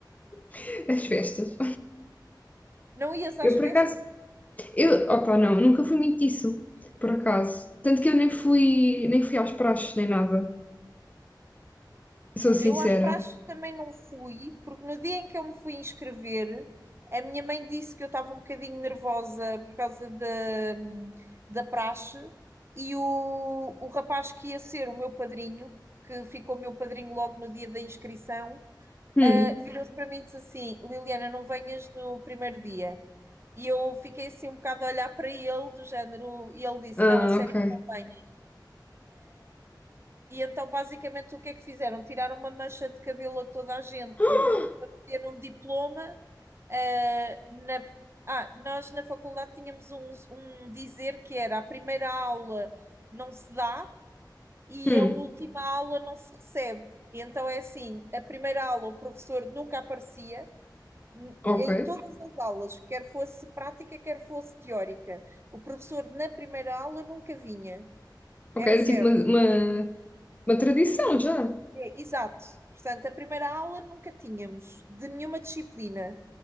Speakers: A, on the left (about 20°); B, on the right (about 35°).
A: <laughs> as festas.
B: Não ias às
A: Eu por
B: festas?
A: acaso, eu, opa, não, nunca fui muito disso, por acaso. Tanto que eu nem fui, nem fui aos praxes, nem nada. Sou
B: Olha,
A: sincera.
B: eu às praxes também não fui, porque no dia em que eu me fui inscrever, a minha mãe disse que eu estava um bocadinho nervosa por causa da, da praxe e o, o rapaz que ia ser o meu padrinho, que ficou meu padrinho logo no dia da inscrição,
A: Hum,
B: ah, virou-se para mim e disse assim: Liliana, não venhas no primeiro dia. E eu fiquei assim um bocado a olhar para ele, do género, e ele disse:
A: ah,
B: Não, a sério,
A: ok.
B: não venho. E então, basicamente, o que é que fizeram? Tiraram uma mancha de cabelo a toda a gente
A: <gasps>
B: para ter um diploma. eh, na... Ah, nós na faculdade tínhamos um, um dizer que era a primeira aula não se dá e
A: Ah, Hum,
B: a última aula não se recebe. E então é assim, a primeira aula o professor nunca aparecia, n-
A: ok.
B: em todas as aulas, quer fosse prática, quer fosse teórica. O professor na primeira aula nunca vinha,
A: Ok,
B: era
A: era
B: certo.
A: tipo uma, uma, uma tradição já.
B: É, exato. Portanto, a primeira aula nunca tínhamos de nenhuma disciplina,